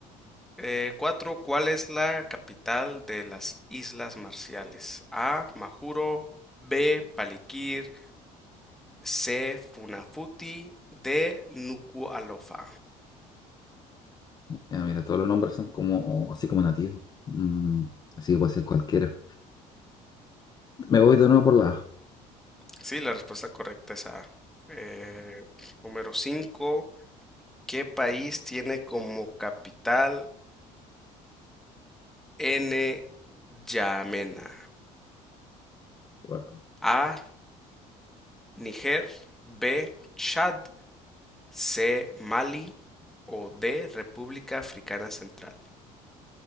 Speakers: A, in the centre; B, on the left.
A: Eh, cuatro, ¿cuál es la capital de las Islas Marciales? A, Majuro, B, Palikir, C. Funafuti. D. Nuku'alofa.
B: Ya, mira, todos los nombres son como así como nativos. Mm, así que puede ser cualquiera. Me voy de nuevo por la A.
A: Sí, la respuesta correcta es A. Eh, número 5, ¿Qué país tiene como capital N. Yamena?
B: Wow.
A: A. Niger. B. Chad. C. Mali. O D. República Africana Central.